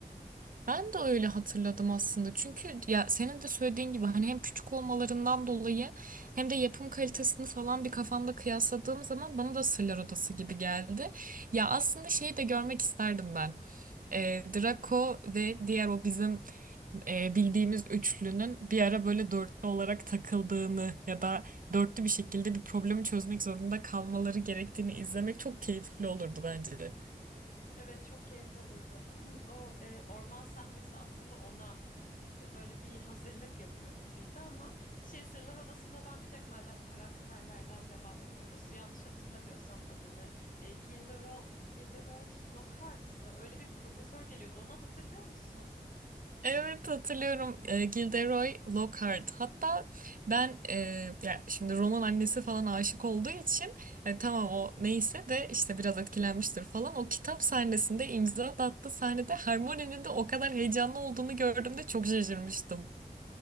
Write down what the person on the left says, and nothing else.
Evet çok keyifli olurdu. <clears throat> O e, orman sahnesi aslında ona e, böyle bir hazırlık yapıyor gibiydi ama şey Sırlar Odası'nda ben bir de madem karakterlerden devam ediyoruz yanlış hatırlamıyorsam adını e, Gilderoy Gilderoy Lockhart mı öyle bir profesör geliyordu onu hatırlıyor musun?